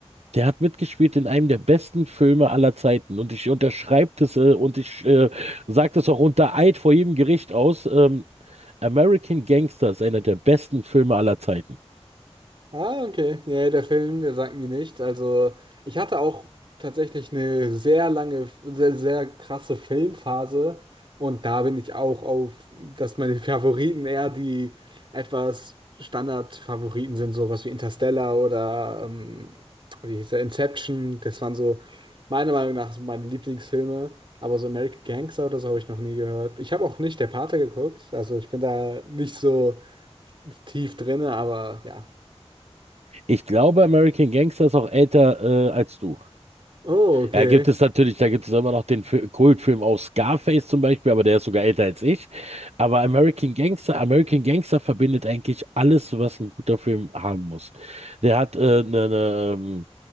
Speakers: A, on the right; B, on the right.
A: Der hat mitgespielt in einem der besten Filme aller Zeiten. Und ich unterschreibe das äh, und ich äh, sage das auch unter Eid vor jedem Gericht aus. Ähm, American Gangster ist einer der besten Filme aller Zeiten.
B: Ah, okay. Nee, der Film, der sagt mir nichts. Also, ich hatte auch tatsächlich eine sehr lange, sehr, sehr krasse Filmphase. Und da bin ich auch auf, dass meine Favoriten eher die etwas Standard-Favoriten sind, sowas wie Interstellar oder, ähm, wie hieß der, Inception. Das waren so, meiner Meinung nach, so meine Lieblingsfilme. Aber so American Gangster oder so habe ich noch nie gehört. Ich habe auch nicht Der Pate geguckt. Also, ich bin da nicht so tief drinne, aber ja.
A: Ich glaube, American Gangster ist auch älter äh, als du.
B: Oh, okay.
A: Ja, gibt es natürlich, da gibt es immer noch den Fi- Kultfilm auch Scarface zum Beispiel, aber der ist sogar älter als ich. Aber American Gangster, American Gangster verbindet eigentlich alles, was ein guter Film haben muss. Der hat äh, ne, ne, ähm,